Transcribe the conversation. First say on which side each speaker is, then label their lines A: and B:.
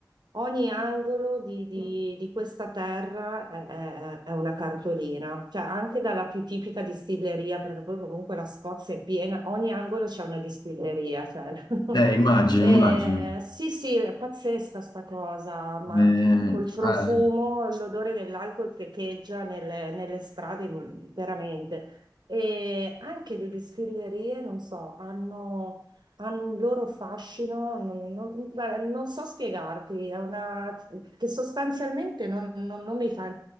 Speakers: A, on the right (about 80°); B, on the left (about 80°).
A: ogni angolo di, di- di questa terra è, è- è una cartolina, cioè anche dalla più tipica distilleria, perché poi comunque la Scozia è piena, ogni angolo c'è una distilleria. cioè. <laughs>
B: Eh, immagino,
A: Eh,
B: immagino.
A: sì, sì, è pazzesca sta cosa, ma
B: Eh,
A: mh, col profumo,
B: ah,
A: l'odore dell'alcol che echeggia nelle, nelle strade, mh, veramente. E anche le distillerie, non so, hanno, hanno un loro fascino, non, non- guarda, non so spiegarti, è una, che sostanzialmente non, non- non mi fa